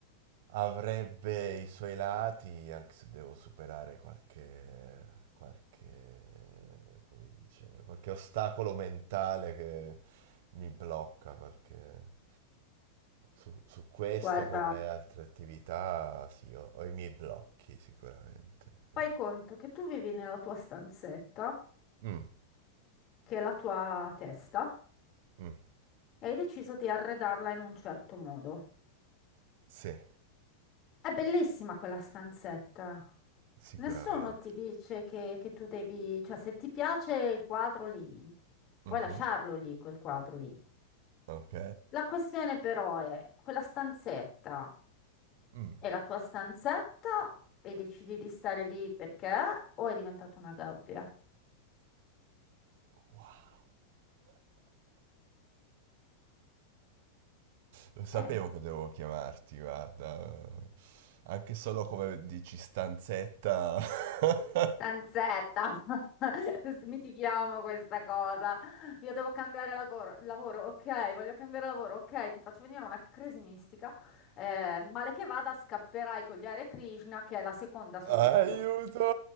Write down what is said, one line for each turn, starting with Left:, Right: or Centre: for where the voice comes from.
Right: avrebbe i suoi lati, anche se devo superare qualche, qualche, come si dice, qualche ostacolo mentale che mi blocca, qualche... Su, su questo,
Left: Guarda,
Right: come altre attività, sì, ho, ho i miei blocchi sicuramente. sì.
Left: fai conto che tu vivi nella tua stanzetta,
Right: Mm,
Left: che è la tua testa.
Right: mm,
Left: e hai deciso di arredarla in un certo modo.
Right: sì,
Left: È bellissima quella stanzetta.
Right: sicuramente.
Left: Nessuno ti dice che, che tu devi, cioè se ti piace il quadro lì, puoi
Right: Mhm,
Left: lasciarlo lì, quel quadro lì.
Right: Ok.
Left: La questione però è, quella stanzetta
Right: Mm.
Left: è la tua stanzetta e decidi di stare lì perché o è diventata una gabbia?
Right: Wow. Lo sapevo
Left: Eh.
Right: che dovevo chiamarti, guarda. Anche solo come dici stanzetta. <laughs>
Left: Stanzetta, <laughs> smitichiamo questa cosa. Io devo cambiare lago- lavoro, ok, voglio cambiare lavoro, ok, ti faccio venire una crisi mistica. Eh, male che vada, scapperai con gli Hare Krishna, che è la seconda soluzione.
Right: Aiuto!